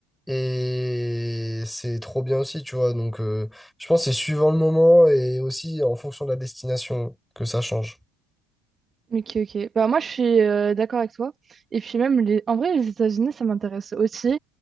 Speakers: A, in the centre; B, on the right.
A: Et c'est trop bien aussi, tu vois. Donc, euh, je pense que c'est suivant le moment et aussi en fonction de la destination que ça change.
B: Ok, ok. Bah, moi, je suis euh, d'accord avec toi. Et puis, même, les... en vrai, les États-Unis, ça m'intéresse aussi.